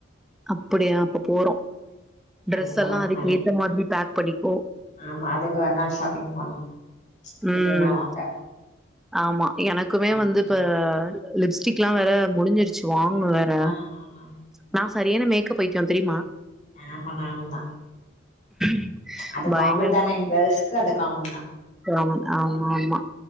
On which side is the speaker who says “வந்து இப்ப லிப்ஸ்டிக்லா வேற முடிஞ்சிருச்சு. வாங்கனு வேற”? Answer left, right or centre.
Centre